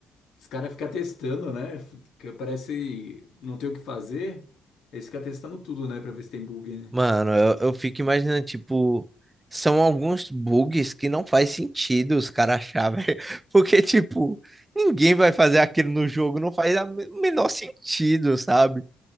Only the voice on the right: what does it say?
Mano, eu, eu fico imaginando, tipo, são alguns bugs que não faz sentido os caras achar, velho. <laughs> Porque, tipo, ninguém vai fazer aquilo no jogo, não faz a me- o menor sentido, sabe?